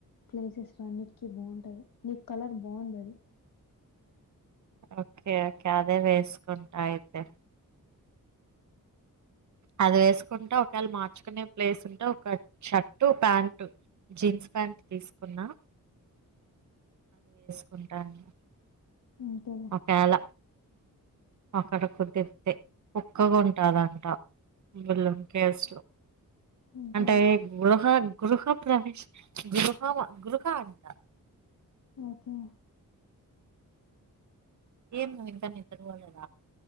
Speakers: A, on the left; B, on the right.
A: ప్లేసెస్. అన్నిటికీ బాగుంటది నీకు కలర్ బాగుందది
B: ఒకే ఒకే అదే వే కుంటా అయితే అది వేసుకుంటే ఒకవేళ మార్చుకునే ప్లేస్ ఉంటే ఒక షర్టు ప్యాంటు జీన్స్ ప్యాంట్ తీసుకున్నా కుంటాను
A: అంతేలే
B: ఒకేళ అక్కడ కుదిరితే కుక్క కొంటా ఉంటదంట బలం కేస్లో
A: అంతేలే
B: అంటే గృహ గృహం ప్రవేశ గృహ గృహ అంట
A: ఒకే
B: ఏం నువ్వు ఇంకా నిద్ర పోలేద